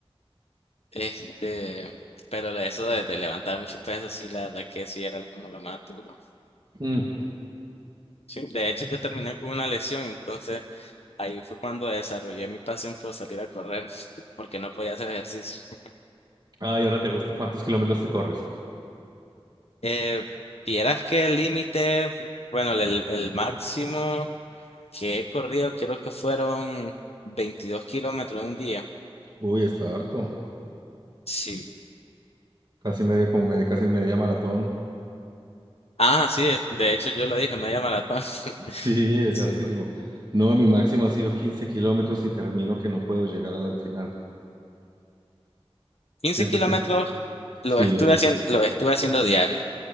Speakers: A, on the left (about 80°); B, on the right (about 45°).
A: este, pero de eso de, de levantar mucho peso, sí, la verdad que sí era como lo más duro.
B: Mm.
A: Sí, de hecho, yo terminé con una lesión, entonces ahí fue cuando desarrollé mi pasión por salir a correr, <laughs> porque no podía hacer ejercicio.
B: Ay, ahora te gusta. ¿Cuántos kilómetros te corres?
A: Eh, vieras que el límite, bueno, el, el máximo que he corrido, creo que fueron 22 kilómetros en un día.
B: Uy, está harto.
A: Sí.
B: Casi medio, como medio, casi media maratón.
A: Ah, sí, de hecho yo lo dije, media maratón. <laughs>
B: Sí, es
A: Sí.
B: hartísimo. No, mi máximo ha sido 15 kilómetros y termino que no puedo llegar a la final.
A: quince
B: Siento
A: kilómetros
B: que
A: lo
B: sí.
A: estuve
B: eh,
A: haciendo, lo estuve haciendo diario.